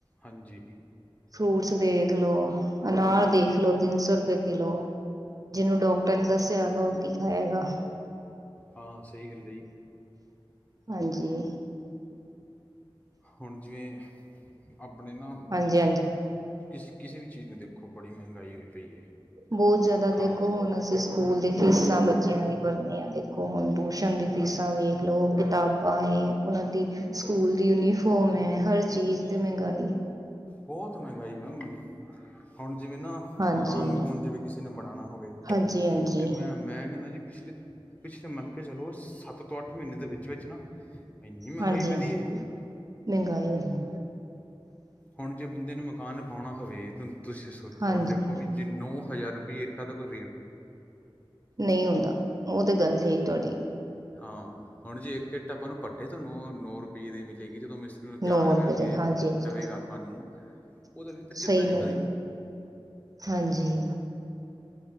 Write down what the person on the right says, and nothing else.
ਫਰੂਟਸ ਦੇਖ ਲੋ ਅਨਾਰ ਦੇਖ ਲੋ ਤਿੰਨ ਸੌ ਰੁਪਏ ਕਿਲੋ ਜਿਹਨੂੰ ਡਾਕਟਰ ਨੇ ਦੱਸਿਆ ਹੈਗਾ ਉਹ ਕੀ ਖਾਏਗਾ
ਹਾਂਜੀ
ਹਾਂਜੀ ਹਾਂਜੀ
ਬਹੁਤ ਜ਼ਿਆਦਾ
ਦੇਖੋ ਹੁਣ ਅਸੀਂ ਸਕੂਲ ਦੀ ਫੀਸਾਂ ਬੱਚਿਆਂ ਦੀ ਭਰਨੀਆਂ ਦੇਖੋ ਹੁਣ ਟਿਊਸ਼ਨ ਦੀ ਫੀਸਾਂ ਵੇਖ ਲਓ ਕਿਤਾਬਾਂਏ ਉਹਨਾਂ ਦੀ ਸਕੂਲ ਦੀ ਯੂਨੀਫੋਮ ਹੈ ਹਰ ਚੀਜ਼ ਤੇ ਮਹਿੰਗਾਈ
ਹਾਂਜੀ
ਹਾਂਜੀ ਹਾਂਜੀ
ਹਾਂਜੀ-ਹਾਂਜੀ
ਮਹਿੰਗਾਈ ਵਧੀ
ਹਾਂਜੀ
ਨਹੀਂ ਹੁੰਦਾ ਉਹ ਤੇ ਗੱਲ ਸਹੀ ਤੁਹਾਡੀ
ਨੌ
ਰੁਪਏ
ਦੇ ਹਾਂਜੀ ਹਾਂਜੀ
ਸਹੀ
ਗੱਲ
ਹੈ ਹਾਂਜੀ।